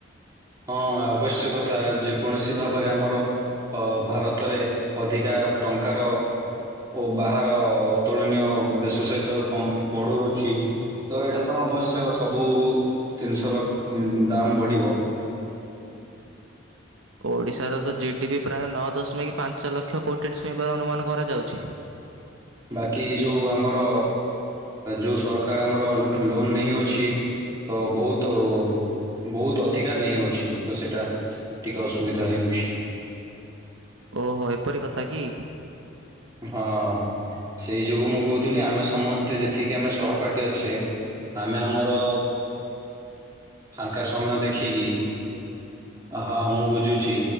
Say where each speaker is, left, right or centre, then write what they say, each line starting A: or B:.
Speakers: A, on the right; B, on the right.
A: ହଁ ଆବଶ୍ୟକଥା ଯେକୌଣସି ଭାବରେ ଆମର ଅ ଭାରତରେ ଅଧିକା ଟଙ୍କାର ଓ ବାହାର ଅତୁଳନୀୟ ଦେଶ ସହିତ କ ବଢ଼ୁଅାଉଛି ତ ଏଇଟା ତ ଅବଶ୍ୟ ସବୁ ଜତିିନିଷର ଦମ୍ ବଢ଼ିବ
B: ଓଡ଼ିଶାର ତ ଜି ଡି ବିି ପ୍ରାୟ ନଅ ଦଶମିକ ପାଞ୍ଚ ଲକ୍ଷ କୋଟି ଛୁଇଁବାର ଅନୁମାନ କରାଯାଉଛି
A: ବାକି ଯୋଉ ଆମର ଯୋଉ ସରକାର ଆମର ଲୋନ ନେଇ ଅଛି ତ ବହୁତ ବହୁତ ଅଧିକାର ନେଇ ଅାଉଛି ତ ସେଇଟା ଟିକିେ ଅସୁବିଧା ହେଉଛି
B: ଓହୋ ଏପରି କଥା କି
A: ହଁ ସେଇ ଯୋଗୁ ମୁଁ କହୁଥିଲି ଆମେ ସମସ୍ତେ ଯେତିକି ଆମେ ସହପାଠୀ ଅଛେ ଆମେ ଆମର ଫାଙ୍କା ସମୟ ଦେଖିକି ହଁ ମୁଁ ବୁଝୁଛି